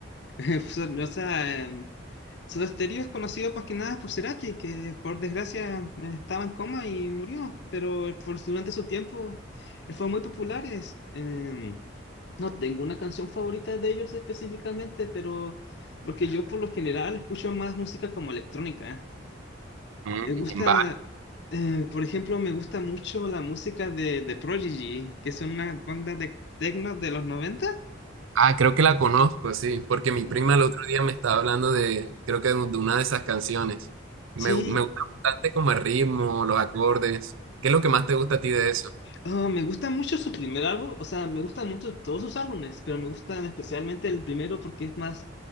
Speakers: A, on the left (about 55°); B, on the right (about 80°).
A: <laughs> o sea, Soda Stereo es conocido más que nada por Cerati, que por desgracia eh, estaba en coma y murió, pero eh, por- durante su tiempo eh, fue muy populares. Em, no tengo una canción favorita de ellos específicamente, pero porque yo por lo general escucho más música como electrónica.
B: Mm,
A: Me gusta, eh, por ejemplo, me gusta mucho la música de, de Prodigy, que son una banda de techno de los noventa
B: Ah, creo que la conozco, sí, porque mi
A: Sí.
B: prima el otro día me estaba hablando de, creo que de una de esas canciones. Me,
A: Sí,
B: gu- me gusta bastante como el ritmo, los acordes. ¿Qué es lo que más te gusta a ti de eso?
A: Ah, me gusta mucho su primer álbum, o sea, me gustan mucho todos sus álbumes, pero me gustan especialmente el primero porque es más,